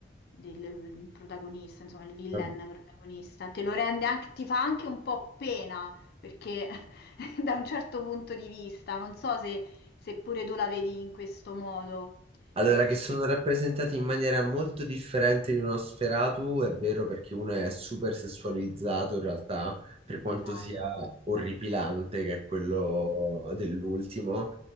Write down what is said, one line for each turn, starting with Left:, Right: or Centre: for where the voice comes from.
Left: del, del protagonista, insomma, il villain
Right: Vabb-
Left: protagonista. Te lo rende anche, ti fa anche un po' pena perché <laughs> da un certo punto di vista, non so se, se pure tu la vedi in questo modo,
Right: Allora,
Left: perché
Right: che sono rappresentati in maniera molto differente di uno Sferatu, è vero perché uno è super sessualizzato in realtà, per quanto
Left: esatto,
Right: sia orripilante, che è quello dell'ultimo,